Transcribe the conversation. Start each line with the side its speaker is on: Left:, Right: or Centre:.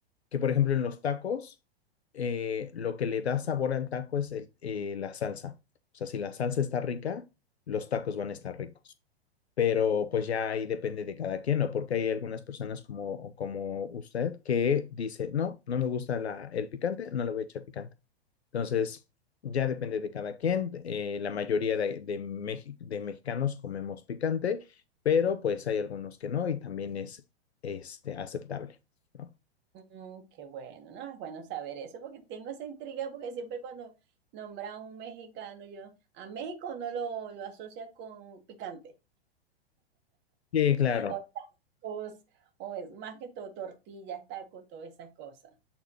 Left: que por ejemplo, en los tacos, eh, lo que le da sabor al taco es el- eh, la salsa. O sea, si la salsa está rica, los tacos van a estar ricos. Pero pues ya ahí depende de cada quien, ¿no? Porque hay algunas personas como, como usted que dice, no, no me gusta la, el picante, no le voy a echar picante. Entonces, ya depende de cada quien. Eh, la mayoría de, de, mex de mexicanos comemos picante, pero pues hay algunos que no y también es este, aceptable, ¿no?
Right: Mm, qué bueno, ¿no? Es bueno saber eso porque tengo esa intriga porque siempre cuando nombra a un mexicano, yo a México no lo, lo asocia con picante
Left: Sí, claro,
Right: o tacos, o es más que todo tortillas, tacos, todas esas cosas.